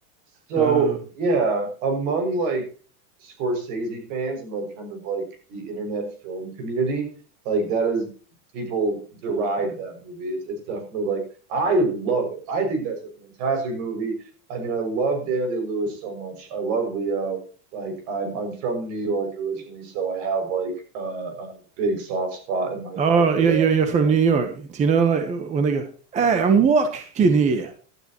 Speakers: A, on the right; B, on the right.
A: So
B: Um,
A: yeah, among like Scorsese fans and like kind of like the internet film community, like that is people deride that movie. It's it's definitely like I love it. I think that's a fantastic movie. I mean, I love Daniel Day-Lewis so much. I love Leo. Like I'm I'm from New York originally, so I have like uh, a big soft spot in my
B: oh,
A: heart for
B: yeah,
A: that.
B: you're you're
A: So
B: from New York. Do you know like when they go, "Hey, I'm walking here,"